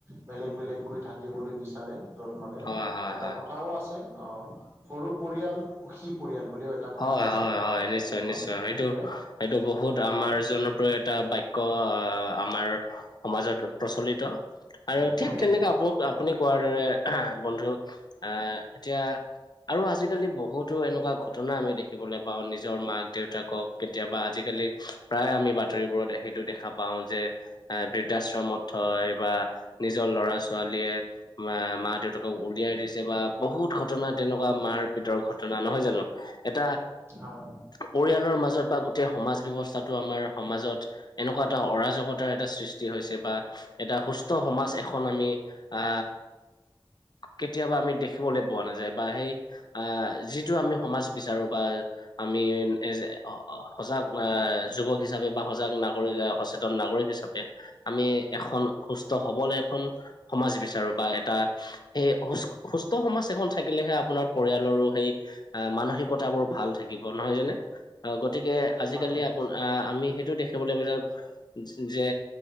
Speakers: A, on the right; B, on the left.
A: বেলেগ বেলেগকৈ থাকিবলৈ বিচাৰে যত মানে
B: হয়, হয়,
A: এটা
B: হয়।
A: কথা কথাও আছে অ', সৰু পৰিয়াল সুখী পৰিয়াল বুলিও এটা কথা
B: হয়
A: আছে
B: - হয় - হয়, নিশ্চয়
A: অ' হয়
B: - নিশ্চয়
A: সেইটোৱে
B: সেইটো সেইটো বহুত আমাৰ
A: হয়
B: জন আৰু এটা বাক্য আমাৰ সমাজত প্ৰচলিত আৰু
A: হয়
B: ঠিক তেনেকে <unintelligible> আপুনি কোৱাৰ দৰে বন্ধু আ, এতিয়া আৰু আজিকালি বহুতো এনেকুৱা ঘট ঘটনা আমি দেখিবলৈ পাওঁ নিজৰ মাক দেউতাকক কেতিয়াবা আজিকালি প্ৰায় আমি বাতৰিবোৰত সেইটো দেখা পাওঁ যে এ বৃদ্ধাশ্ৰমত থয় বা নিজৰ ল'ৰা ছোৱালীয়ে মা মা দেউতাকক উলিয়াই দিছে বা বহুত ঘটনা তেনেকুৱা মাৰ পিতৰ ঘটনা নহয় জানো? এটা
A: হয় - হয়
B: পৰিয়ালৰ মাজত বা গোটেই সমাজ ব্যৱস্থাটো আমাৰ সমাজত এনেকুৱা এটা অৰাজকতাৰ এটা সৃষ্টি হৈছে বা এটা সুস্থ সমাজ এখন আমি আ কেতিয়াবা আমি দেখিবলৈ পোৱা নাযায় বা সেই অ', যিটো আমি সমাজ বিচাৰো বা আমি এজ সজাগ আ, যুৱক হিচাপে বা সজাগ নাগৰিক সচেতন নাগৰিক হিচাপে আমি এখন সুস্থ হবলৈ এখন সমাজ বিচাৰো বা এটা সেই সু সুস্থ, সমাজ এখন থাকিলেহে আপোনাৰ পৰিয়ালৰো সেই আ, মানসিকতাবোৰ ভাল থাকিব নহয় জানে? আ, গতিকে আজিকালি
A: হয় হয়
B: আ, আমি সেইটো দেখিবলৈ পোৱা যাওঁ যে